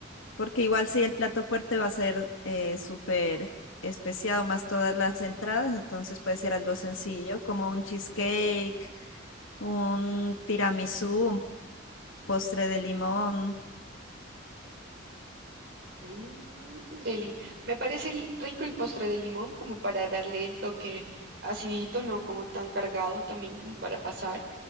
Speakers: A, on the left; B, on the right.
A: porque igual si el plato fuerte va a ser eh, súper especiado más todas las entradas, entonces puede ser algo sencillo como un cheesecake, un tiramisú, un postre de limón.
B: Mm, deli. Me parece el- rico el postre de limón como para darle el toque acidito, no como tan cargado también como para pasar.